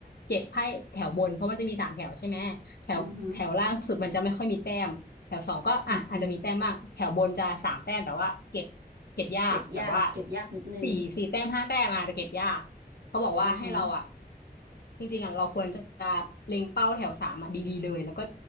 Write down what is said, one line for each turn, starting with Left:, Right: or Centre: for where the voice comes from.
Left: เก็บไพ่แถวบนเพราะมันจะมีสามแถวใช่ไหมแถวแถวล่างสุดมันจะไม่ค่อยมีแต้มแถวสองก็อ่ะอาจจะมีแต้มบ้างแถวบนจะสามแต้มแต่ว่าเก็บเก็บยากแบบว่า
Right: อือฮึอืมอืมเก็บยากเก็บยากนิดนึง
Left: สี่สี่แต้มห้าแต้มอาจจะเก็บยาก เขาบอกว่าให้เราอ่ะ
Right: อ๋อฮะ
Left: จริงๆอ่ะเราควรจะเล็งเป้าแถวสามอ่ะดีๆเลยแล้วก็